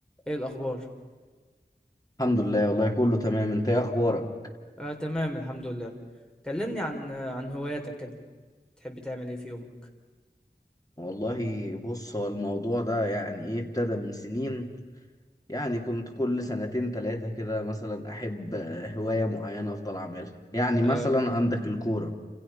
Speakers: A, in the centre; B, on the left.
A: ايه الاخبار
B: الحمد لله والله كله تمام انت ايه اخبارك
A: آه تمام الحمد لله كلمني عن آه، عن هواياتك كده تحب تعمل ايه في يومك
B: والله بص هو الموضوع ده يعني ايه ابتدى من سنين يعني كنت كل سنتين تلاتة كده مثلا احب آه، هواية معينة افضل اعملها يعني
A: اه
B: مثلا عندك الكورة